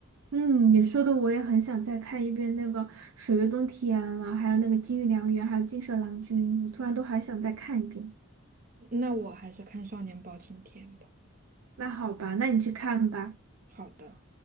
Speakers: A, on the right (about 80°); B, on the right (about 40°).
A: 嗯，你说的我也很想再看一遍那个《水月洞天》了，还有那个《金玉良缘》，还有《金蛇郎君》，我突然都还想再看一遍。
B: 那我还是看《少年包青天》吧。
A: 那好吧，那你去看吧。
B: 好的。